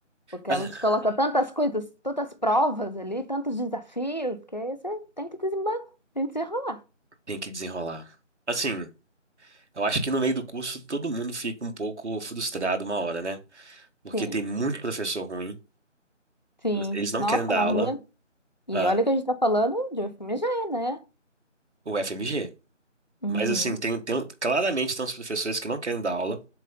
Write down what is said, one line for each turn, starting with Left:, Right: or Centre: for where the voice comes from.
Left: Porque
Right: Ah,
Left: ela te coloca tantas coisas, tantas provas ali, tantos desafios, que aí você tem que desembar- tem que desenrolar.
Right: Tem que desenrolar. Assim, eu acho que no meio do curso todo mundo fica um pouco frustrado uma hora, né? Porque
Left: Sim,
Right: tem muito professor ruim.
Left: sim.
Right: Eles não
Left: Nossa,
Right: querem dar
Left: na
Right: aula.
Left: minha. E
Right: Ah,
Left: olha que a gente tá falando de FMG, né?
Right: o FMG.
Left: Uhum.
Right: Mas assim, tem, tem um- claramente tem uns professores que não querem dar aula,